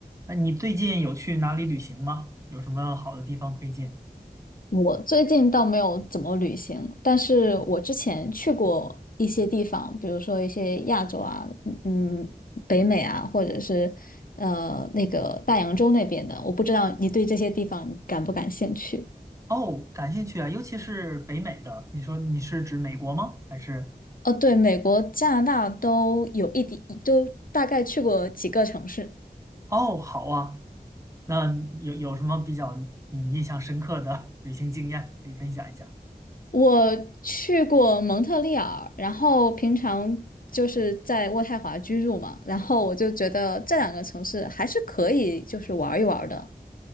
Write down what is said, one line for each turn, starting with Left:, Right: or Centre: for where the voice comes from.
Right: 那你最近有去哪里旅行吗？有什么好的地方推荐？
Left: 我最近倒没有怎么旅行，但是我之前去过一些地方，比如说一些亚洲啊，嗯，北美啊，或者是呃那个大洋洲那边的，我不知道你对这些地方感不感兴趣？
Right: 哦，感兴趣啊，尤其是北美的。你说你是指美国吗？还是？
Left: 哦，对，美国、加拿大都有一点，都大概去过几个城市。
Right: 哦，好啊。那有有什么比较你印象深刻的 <laughs> 旅行经验可以分享一下？
Left: 我去过蒙特利尔，然后平常就是在渥太华居住嘛，然后我就觉得这两个城市还是可以，就是玩一玩的。